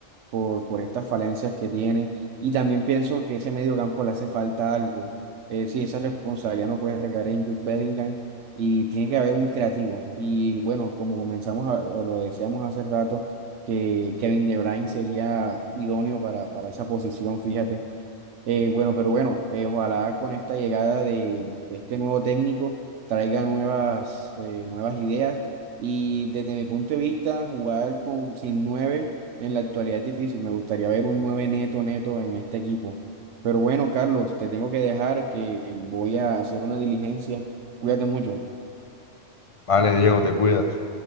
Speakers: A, on the right; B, on the left.
A: por, por estas falencias que tiene. Y también pienso que ese medio campo le hace falta algo. Eh, sí, esa responsabilidad no puede recaer en Jude Bellingham y tiene que haber un creativo. Y bueno, como comenzamos a- o lo deseamos hace rato, que Kevin De Bruyne sería idóneo para, para esa posición, fíjate. Eh, bueno, pero bueno, eh, ojalá con esta llegada de, de este nuevo técnico traiga nuevas, eh, nuevas ideas y desde mi punto de vista jugar con, sin nueve en la actualidad es difícil. Me gustaría ver un nueve neto neto en este equipo. Pero bueno, Carlos, te tengo que dejar que voy a hacer una diligencia. Cuídate mucho.
B: Vale, Diego, te cuidas.